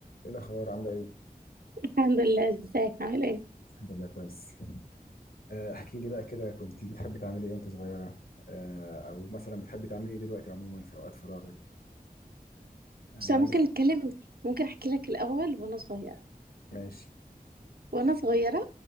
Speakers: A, on the left (about 75°); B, on the right (about 80°).
A: ايه الاخبار عامله ايه
B: الحمد لله ازيك عامل ايه
A: الحمد لله كويس آه، احكي لي بقى كده كنت بتحبي تعملي ايه وانت صغيره آه، او مثلا بتحبي تعملي ايه دلوقتي عموما في اوقات فراغك يعني
B: بس أنا
A: عندك
B: ممكن نتكلم ممكن احكي لك الاول وانا صغيره
A: ماشي
B: وانا صغيره